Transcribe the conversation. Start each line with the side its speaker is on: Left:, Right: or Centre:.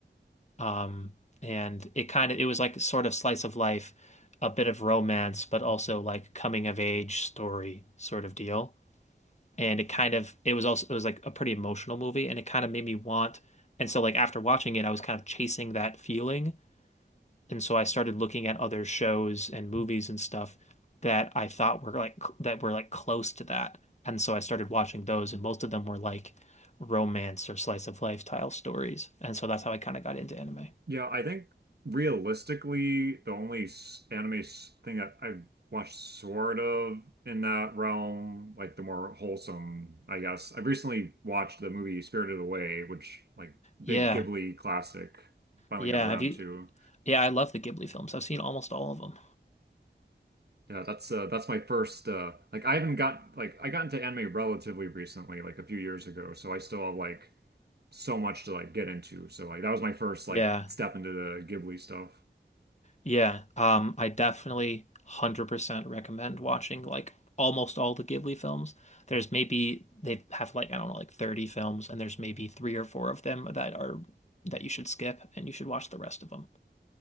Left: Um, and it kind of it was like sort of slice of life, a bit of romance, but also like coming of age story sort of deal. And it kind of it was also it was like a pretty emotional movie, and it kind of made me want. And so like after watching it, I was kind of chasing that feeling And so I started looking at other shows and movies and stuff that I thought were like that were like close to that. And so I started watching those, and most of them were like romance or slice of life style stories. And so that's how I kind of got into anime.
Right: Yeah, I think realistically, the only s- anime s- thing that I've watched sort of in that realm, like the more wholesome, I guess. I've recently watched the movie Spirited Away, which like big
Left: Yeah.
Right: Ghibli classic. Finally
Left: Yeah.
Right: got around
Left: Have you?
Right: to.
Left: Yeah, I love the Ghibli films. I've seen almost all of them.
Right: Yeah, that's uh, that's my first uh, like I haven't got like I got into anime relatively recently, like a few years ago, so I still have like so much to like get into. So like that was my first
Left: Yeah.
Right: like step into the Ghibli stuff.
Left: Yeah, um, I definitely 100% recommend watching like almost all the Ghibli films. There's maybe they have like I don't know like 30 films and there's maybe three or four of them that are that you should skip and you should watch the rest of them.